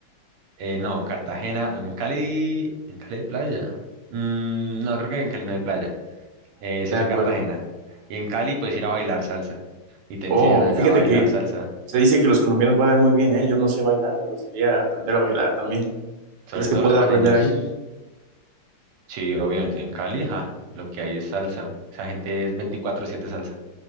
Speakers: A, on the right; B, on the right.
A: Eh, no, Cartagena, en Cali, en Cali hay playa. Mm, no, creo que en Cali no hay playa, Eh, eso
B: De
A: es
B: acuerdo.
A: en Cartagena. Y en Cali puedes ir a bailar salsa y te
B: Oh,
A: enseñan allá
B: fíjate
A: a bailar
B: que
A: salsa.
B: se dice que los colombianos bailan muy bien, ¿eh? Yo no sé bailar, me gustaría aprender a bailar también.
A: Sobre
B: ¿Crees que
A: todo
B: pueda
A: los caleños.
B: aprender ahí?
A: Sí, obvio, en, en Cali, ja, lo que hay es salsa. Esa gente es 24/7 salsa.